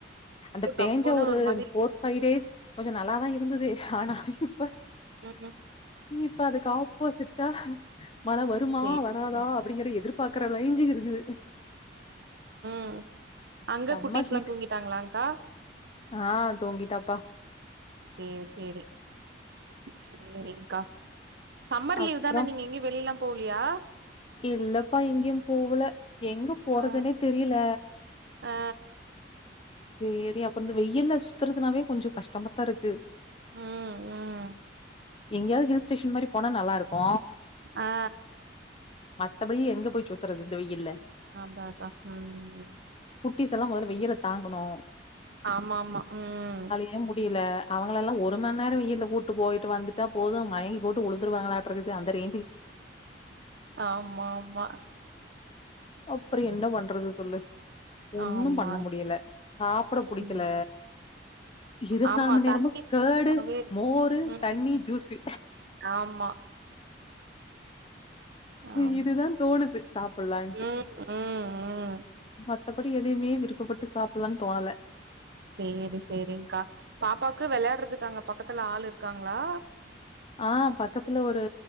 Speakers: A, on the left; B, on the right.
A: அந்த பேஞ்ச
B: கப்புன்னு
A: ஒரு
B: மாரி
A: ஃபோர் ஃபை டேஸ் கொஞ்சொ நல்லாதா இருந்துது ஆனா இப்ப
B: ம்
A: இப்ப அதுக்கு ஆப் போசிட்டா மழ வருமா
B: சேரி
A: வராதா
B: சேரி
A: அப்டிங்கிற எதிர்பாக்கற ரேஞ்சுக்கு இருக்குது
B: அ அங்க
A: செம்ம
B: குட்டீஸெல்லா
A: ஹீட்
B: தூங்கிட்டாங்களாங்கா
A: ஆ தூங்கிட்டாப்பா
B: சேரி சேரி சேரிங்கா சம்மர்
A: அப்றோ
B: லீவ் தான நீங்க எங்கெயு வெளியெல்லா போலையா
A: இல்லப்பா எங்க்யும் போவல எங்க போறதுன்னே
B: ஆ
A: தெரியில்ல
B: ஆ
A: சேரி அப்பறொ இந்த வெயில்ல சுத்துறதுனாவே கொஞ்சொ கஷ்டமத்தா இருக்கு
B: ம் ம்
A: எங்கேயாவது ஹில் ஸ்டேஷன் மாரி போனா நல்லா இருக்கு
B: அ அ
A: மத்தபடி எங்க போய் சுத்துறது இந்த வெயில்ல
B: அதா அதா ம்
A: குட்டிஸ் எல்லா மொதல்ல வெயில தாங்கணு
B: ஆமாமா ம்
A: <unintelligible> முடியல அவங்களல்லா ஒரு மன்நேரோ வெயில கூட்டு போய்ட்டு வந்துட்டா போது மயங்கி போட்டு உழுந்துருவாங்களாட்டு இருக்குது அந்த ரே
B: ஆமா ஆமா
A: அப்பறோ என்ன பண்றது சொல்லு ஒண்ணு
B: ஆமா
A: பண்ண முடியல சாப்ட புடிக்கல
B: ம்
A: இருவத்
B: ஆமா
A: நாலு மண்நேரமு
B: தண்ணி
A: கர்டு
B: வே
A: மோரு
B: ம்
A: தண்ணி ஜூசு
B: ஆமா
A: <unintelligible>
B: ஆமா
A: இதுதா தோணுது சாப்லான்ட்டு
B: ம் ம் ம்
A: மத்தபடி எதையுமே விருப்பப்பட்டு சாப்லானு தோணல
B: சேரி சேரி்ங்க்கா பாப்பாக்கு வெளையாடுறதுக்கு அங்க பக்கத்துல ஆள் இருக்காங்களா
A: அ பக்கத்துல ஒரு